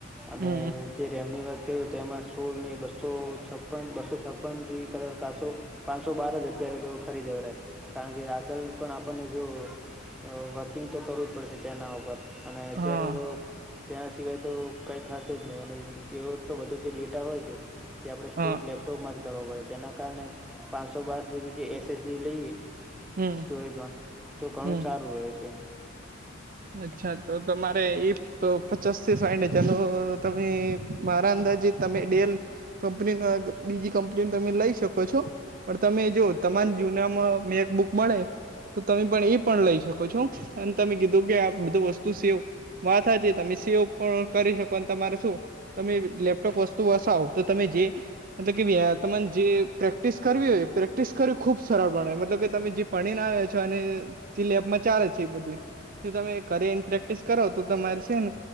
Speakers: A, in the centre; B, on the right (about 45°).
A: અને
B: હમ
A: જે રેમની વાત કર તે એમાં સોળને બસો છપ્પન બસો છપ્પન જેવી કલર કાસો. પાંનસો બાર જ અત્યારે તો ખરીદે કારણ કે આગળ પણ આપણને જોયુ અ વર્કિંગ તો કરવું જ પડશે તેના ઉપર. અને અત્યારે
B: હા
A: તો તેના સિવાય તો કય થાતું નહી એ. એવો એટલો બધો જે ડેટા હોય છે તે આપણે સ્ટોર
B: હા
A: લેબ ટોમાર કરવો પડે તેના કારણે પાંનસો બાર જીબી જે એસએસડી લઈએ.
B: હમ
A: સ્ટોરેજમાં તો ઘણું
B: હમ
A: સારું રહે છે.
B: અચ્છા તો તમારે એ તો પચાસ થી સાઇઠ હજારનો તમે મારા અંદાજે તમે ડેલ કંપનીમાં બીજી કંપનીમ તમે લઈ શકો છો પણ તમે જો તમાર જૂનામાં મેક બુક મળે તો તમે પણ ઈ પણ લઈ શકો છો અન તમે કી ધુ કે બધું વસ્તુ સેવ વાત હાચી તમે સેવ પણ કરી શકો તમારે શું તમે લેપટોપ વસ્તુ વસાહો તો તમે જે મતલબ કે વ્યા તમાન જે પ્રેક્ટિસ ખરવી હોય પ્રેક્ટિસ ખરવુ ખુબ સળળબને મતલબ કે તમે જે પણીના છો અને જે લેબમાં ચાલે જ છે, એ બધુંય શુ તમે એ કાર્યન પ્રેક્ટિસ કરો તો તમાર સેને